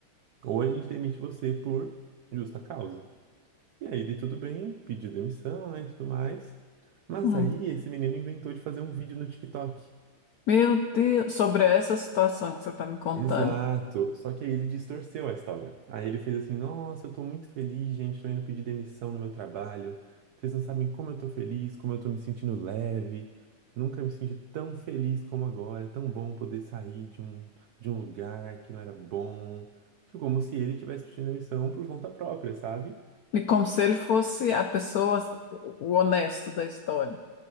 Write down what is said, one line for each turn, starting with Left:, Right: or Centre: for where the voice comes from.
Right: ou a gente demite você por justa causa. E aí ele tudo bem, pediu demissão, né, e tudo mais. Mas
Left: Hum.
Right: aí esse menino inventou de fazer um vídeo no TikTok.
Left: Meu Deus, sobre essa situação que você está me contando.
Right: Exato. Só que aí ele distorceu a história. Aí ele fez assim: "Nossa, eu tô muito feliz, gente, tô indo pedir demissão no meu trabalho. Vocês não sabem como eu tô feliz, como eu tô me sentindo leve. Nunca me senti tão feliz como agora. É tão bom poder sair de um de um lugar que não era bom." Tipo, como se ele tivesse pedindo demissão por conta própria, sabe?
Left: E como se ele fosse a pessoa, o honesto da história.